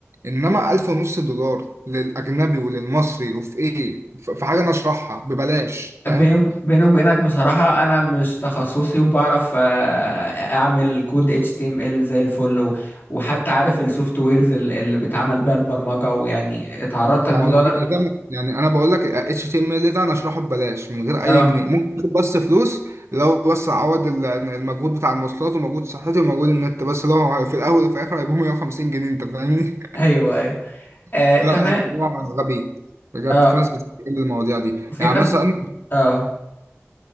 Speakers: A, on the right; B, on the left.
A: انما 1000 ونص دولار للاجنبي وللمصري وفي ايه في في حاجه انا اشرحها ببلاش
B: بيني
A: فاهم
B: بيني وبينك بصراحة أنا مش تخصصي وبعرف آه، أعمل كود HTML زي الفل و- وحتى عارف السوفت ويرز اللي بيتعمل بيها البرمجة ويعني اتعرضت
A: يعني
B: للموضوع
A: دي
B: ده في-
A: إجابة يعني أنا بقول لك اتش تي ام ال ده أنا أشرحه ببلاش من غير
B: اه
A: أي جنيه ممكن آخد بس فلوس لو بس أعوض ال- المجهود بتاع المواصلات ومجهود صحتي ومجهود النت بس لو في الأول وفي الآخر هيبقوا 150 جنيه أنت فاهمني؟
B: <laughs> أيوه أيوه
A: <laughs>
B: آه
A: لا
B: تمام
A: الموضوع غبي بجد
B: اه
A: في ناس بتستغل المواضيع دي
B: في
A: يعني
B: ناس
A: مثلا
B: بت... اه